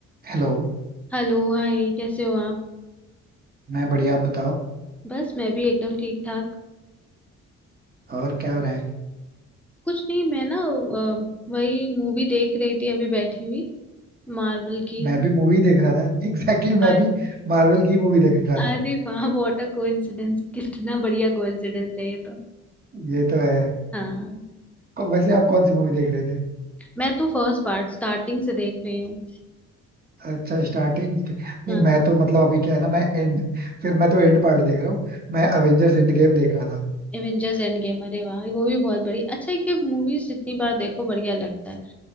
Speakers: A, on the right; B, in the centre.
A: Hello
B: Hello hi कैसे हो आप
A: मैं बढ़िया आप बताओ
B: बस मैं भी एकदम ठीक ठाक
A: और क्या हो रहा है
B: कुछ नहीं मैं ना अ, वही मूवी देख रही थी अभी बैठी हुई मार्वल की
A: मैं भी मूवी देख रहा था <laughs> एग्जैक्टली exactly, मैं
B: अ-
A: भी मार्वल की मूवी देख रहा
B: अरे
A: था
B: वाह व्हाट अ कोइंसिडेंस कितना बढ़िया कोइंसिडेंस है ये तो
A: ये तो है
B: हाँ
A: और वैसे आप कौन सी मूवी देख रहे थे
B: मैं तो फर्स्ट पार्ट स्टार्टिंग से देख रही हूँ
A: अच्छा स्टार्टिंग नहीं
B: हाँ
A: मैं तो मतलब अभी क्या है ना मैं एंड फिर मैं तो एंड पार्ट देख रहा हूँ मैं अवेंजर्स एंड गेम देख रहा था
B: एवेंजर्स एंड गेम अरे वाह वो भी बहुत बढ़िया अच्छा ये मूवीज जितनी बार देखो बढ़िया लगता है